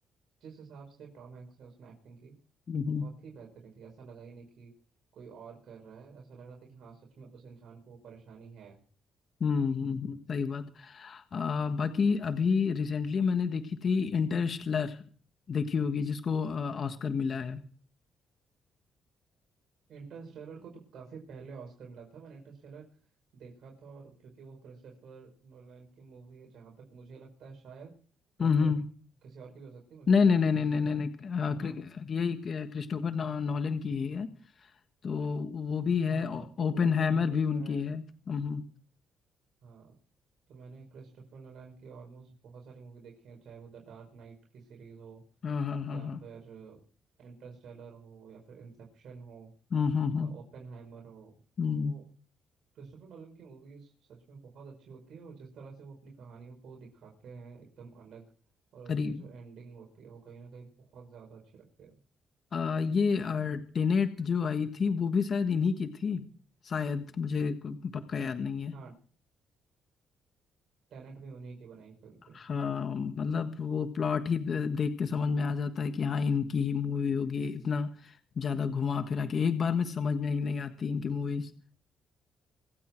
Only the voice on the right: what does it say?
जिस हिसाब से टॉम हैंक्स ने उसमें एक्टिंग की
वो
बहुत ही बेहतरीन थी ऐसा लगा ही नहीं कि कोई और कर रहा है ऐसा लग रहा था कि हाँ सच में उस इंसान को वो परेशानी है
इंटरस्टेलर को तो काफी पहले ऑस्कर मिला था मैंने इंटरस्टेलर देखा था और क्योंकि वो क्रिस्टोफर नोलन की मूवी है जहां तक मुझे लगता है शायद या
फिर
किसी और की भी हो सकती है मुझे
एग्जैक्टली
exactly
नहीं
पता
है
पर हाँ
हाँ
तो
वो कहानी
जो
है
हाँ तो मैंने क्रिस्टोफर नोलन की ऑलमोस्ट बहुत सारी मूवी देखी है चाहे वो द डार्क नाइट की सीरीज हो
या
फिर इंटरस्टेलर हो या फिर इंसेप्शन हो
ओपेनहाइमर हो
तो क्रिस्टोफर नॉलन की मूवीज सच में बहुत अच्छी होती है और जिस तरह से वो अपनी कहानियों को दिखाते हैं एकदम अलग और
उसकी जो एंडिंग होती है वो कहीं ना कहीं बहुत ज़्यादा अच्छी लगती है
हाँ टेनेट भी उन्हीं की बनाई फिल्म थी